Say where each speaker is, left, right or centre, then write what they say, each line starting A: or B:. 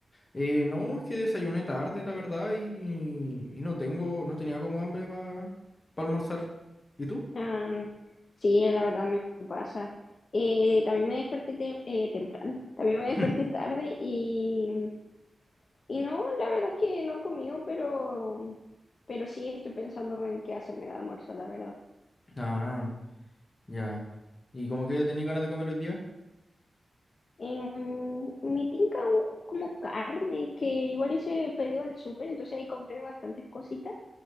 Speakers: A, on the left; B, on the left.
A: Eh, no, es que desayuné tarde, la verdad, y, y no tengo, no tenía como hambre para almorzar. ¿Y tú?
B: Ah, sí, la verdad me pasa. Eh, también me desperté tem- eh, temprano, también me desperté
A: <laughs> <clears throat>
B: tarde y, y no, la verdad es que no he comido, pero, pero sí estoy pensando en qué hacerme de almuerzo, la verdad.
A: Ah, ya. ¿Y como que tenía ganas de comer hoy día?
B: En mi tinca hubo como carne, que igual hice pedido al súper, entonces ahí compré bastantes cositas.